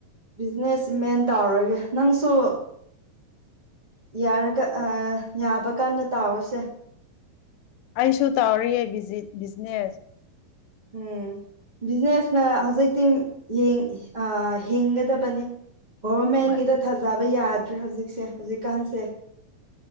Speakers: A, on the right (about 40°); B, on the left (about 85°).
A: ꯕꯤꯖꯤꯅꯦꯁꯃꯦꯟ ꯇꯧꯔꯒꯦ ꯅꯪꯁꯨ ꯌꯥꯔꯒ ꯑ ꯌꯥꯕ ꯀꯥꯟꯗ ꯇꯥꯎꯔꯁꯦ
B: ꯑꯩꯁꯨ ꯇꯧꯔꯤꯌꯦ ꯕꯤꯖꯤ ꯕꯤꯖꯤꯅꯦꯁ
A: ꯎꯝ ꯕꯤꯖꯤꯅꯦꯁ ꯅ ꯍꯧꯖꯤꯛꯇꯤ ꯌꯦꯡ ꯑ ꯍꯤꯡꯒꯗꯕꯅꯤ ꯒꯣꯚꯔꯃꯦꯟꯒꯤꯗ
B: ꯍꯣꯏ
A: ꯊꯥꯖꯕ ꯌꯥꯗ꯭ꯔꯦ ꯍꯧꯖꯤꯛꯁꯦ ꯍꯧꯖꯤꯛꯀꯥꯟꯁꯦ